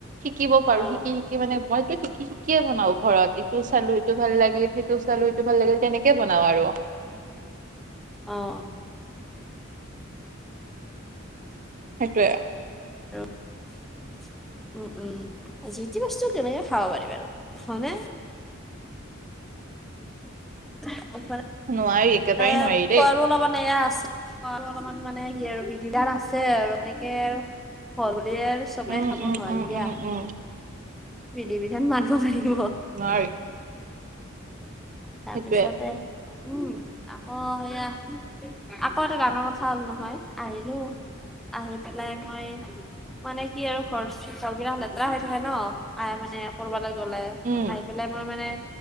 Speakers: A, on the right; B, in the centre.
A: শিকিব পাৰো
B: অ
A: শিকি শিকি মানে মইতো শিকি শিকিয়ে বনাওঁ ঘৰত, ইটো চালো ইটো ভাল লাগে, সেইটো চালো সিটো ভাল লাগে। তেনেকে বনাওঁ আৰু।
B: অ',
A: সেইটোয়ে আউ।
B: <unintelligible> উম, উম, যিতি বস্তু কেনেকে খাব পাৰিম আৰু, হয়নে? <unintelligible>
A: নোৱাৰি। একেবাৰে
B: <unintelligible>
A: নোৱাৰি দেই
B: আৰু অলপমান এয়া আছে। অলপমান মানে কি আৰু বিধি বিধান আছে আৰু এনেকে হল বুলিয়ে আৰু চবে
A: উম
B: খাব
A: উম
B: নোৱাৰি
A: উম
B: দিয়া।
A: উম উম
B: বিধি বিধান মানব লাগিব।
A: নোৱাৰি।
B: তাৰপিছতে,
A: সেইটোয়ে
B: উম। আকৌ সেয়া, আকৌ এটা ডাঙৰ কথা হ'ল নহয়, আহিলো। আহি পেলাই মই মানে কি আৰু ঘৰ-ঘৰবিলাক লেতেৰা হৈ থাকে ন' আ মানে কৰবা লাগ জলে আহি
A: উম
B: পেলাই মই মানে,